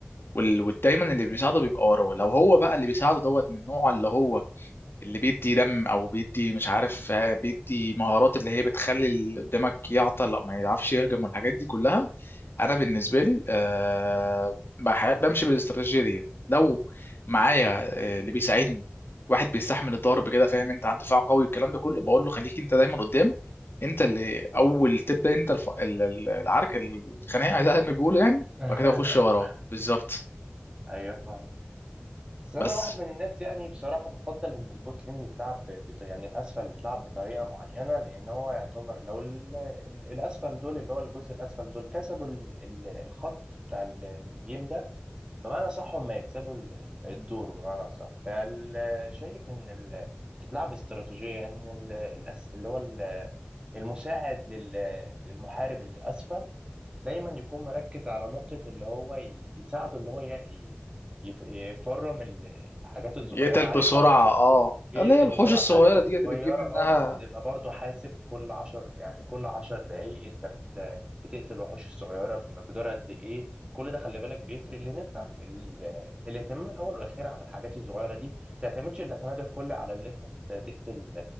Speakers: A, on the left (about 65°); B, on the right (about 25°).
A: وال... ودايما اللي بيساعده بيبقى وراه لو هو بقى اللي بيساعده دوت من النوع اللي هو اللي بيدي دم او بيدي مش عارف آه، بيدي مهارات اللي هي بتخلي اللي قدامك يعطل او ما يعرفش يهجم والحاجات دي كلها انا بالنسبه لي أه بح- بمشي بالاستراتيجيه دي لو معايا آه، اللي بيساعدني واحد بيستحمل الضرب كده فاهم انت عند دفاع قوي الكلام ده كله بقول له خليك انت دايما قدام انت اللي اول تبدا انت الف... ال- ال- العرك الخناقه زي ما بيقولوا يعني
B: <laughs>
A: وبعد كده اخش وراه بالظبط
B: ايوه فاهم بس انا
A: بس
B: واحد من الناس يعني بصراحه بفضل ان البوت لين يتلعب ب... بط... يعني الاسفل يتلعب بطريقه معينه لان هو يعتبر لو ال... ال- الاسفل دول اللي هو الجزء الاسفل دول كسبوا ال... ال... الخط بتاع ال... الجيم ده بمعنى صح هم يكسبوا ال... ال- الدور بمعنى صح فشايف ان ال... تتلعب استراتيجيه ان ال... الأس... اللي هو ال... المساعد لل... للمحارب اللي اسفل دايما يكون مركز على نقطة اللي هو ي- يساعده اللي هو ي- ي- يف- يفرم ال- الحاجات الصغيرة
A: يقتل
B: عارفها
A: بسرعة
B: الحاجات
A: اه
B: يقتل
A: اللي هي الوحوش
B: بسرعة
A: الصغيرة
B: الحاجات الصغيرة
A: ديت اللي بيجيب منها
B: اه وبتبقى برضه حاسب كل عشر يعني كل عشر دقايق انت بت- بتقتل الوحوش الصغيرة بمقدار قد ايه كل ده خلي بالك بيفرق لان انت ال- ال- الاهتمام الاول والاخير على الحاجات الصغيرة دي ما تعتمدش الاعتماد الكلي على اللي انت تقتل